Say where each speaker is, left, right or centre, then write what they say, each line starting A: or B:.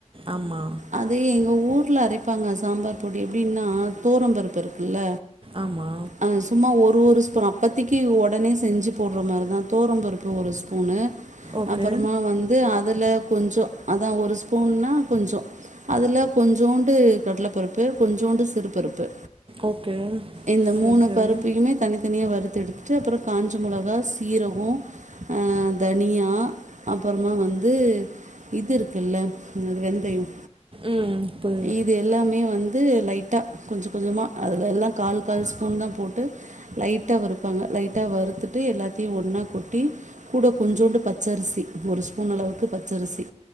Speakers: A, on the right; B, on the right.
A: ஆமா
B: அது எங்க ஊர்ல அரைப்பாங்க சாம்பார் பொடி எப்டின்னா தோரம் பருப்பு இருக்கில்ல
A: ஆமா
B: அது சும்மா ஒரு ஒரு ஸ்பூன் அப்போத்தைக்கு ஒடனே செஞ்சி போடற மாரி தா தோரம்பருப்பு ஒரு ஸ்பூனு
A: ஓகே
B: அப்புறமா வந்து அதுல கொஞ்சோ அதா ஒரு ஸ்பூன்ன்னா கொஞ்சோ அதுல கொஞ்சோண்டு கடல பருப்பு கொஞ்சோண்டு சிறு பருப்பு
A: ஓகே
B: இந்த
A: சரி
B: மூணு
A: சரி
B: பருப்பையுமே தனித்தனியா வறுத்து எடுத்துட்டு அப்புறம் காஞ்ச மொளகா சீரகம் ஆ தனியா அப்புறமா வந்து இது இருக்குல்ல என்னாது வெந்தயம்
A: ம் பு
B: இது எல்லாமே வந்து லைட்டா கொஞ்ச கொஞ்சமா அதுல எல்லா கால் கால் ஸ்பூன் தா போட்டு லைட்டா வறுப்பாங்க லைட்டா வறுத்துட்டு எல்லாத்தையும் ஒன்னா கொட்டி கூட கொஞ்சோண்டு பச்சரிசி ஒரு ஸ்புன் அளவுக்கு பச்சரிசி